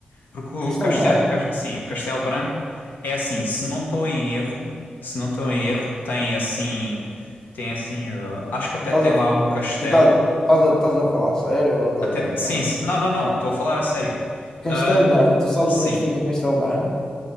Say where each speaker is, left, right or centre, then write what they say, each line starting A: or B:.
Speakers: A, on the left; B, on the left.
A: Porque o
B: Castelo
A: Castelo,
B: Branco.
A: sim, o Castelo Branco é assim, se não estou em erro, se não estou em erro, tem assim, tem assim, eh, acho que até
B: Estás
A: tem
B: a,
A: lá
B: fa-
A: um castelo,
B: tu tá- estás a, estás a falar sério ou estás
A: até,
B: a brincar?
A: sim, se- não, não, não, estou a falar a sério.
B: Castelo
A: Ah,
B: Branco, tu sabes
A: sim,
B: onde é que fica Castelo Branco?